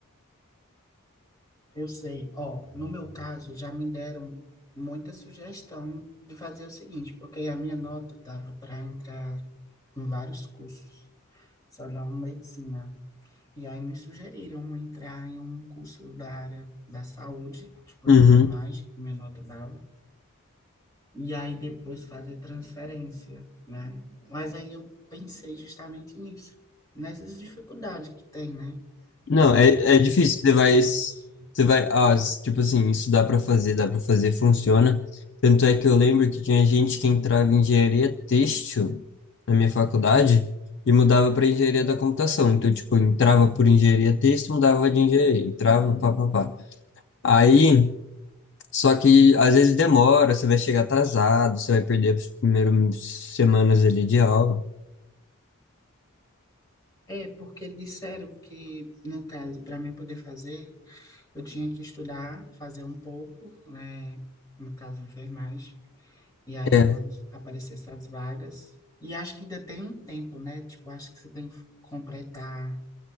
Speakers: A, on the left; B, on the left.
A: Eu sei, ó, no meu caso, já me deram muita sugestão de fazer o seguinte, porque a minha nota tava para entrar em vários cursos, só não medicina. E aí me sugeriram entrar em um curso da área da saúde, tipo
B: Uhum.
A: enfermagem, que minha nota dava, e aí depois fazer transferência, né? Mas aí eu pensei justamente nisso, nessas dificuldades que tem, né,
B: Não,
A: para poder
B: é,
A: fazer
B: é difícil.
A: esses
B: Você
A: processos.
B: vai, você vai, ah, s- tipo assim, isso dá para fazer, dá para fazer, funciona. Tanto é que eu lembro que tinha gente que entrava em engenharia têxtil na minha faculdade e mudava para engenharia da computação. Então, tipo, entrava por engenharia têxtil, mudava de engenharia, entrava, pá, pá, pá. Aí, só que às vezes demora, você vai chegar atrasado, você vai perder as primeiras semanas ali de aula.
A: É, porque disseram que, no caso, para mim poder fazer, eu tinha que estudar, fazer um pouco, né, no caso enfermagem, E aí,
B: É,
A: quando aparecer essas vagas, e acho que ainda tem um tempo, né? Tipo, acho que você tem que completar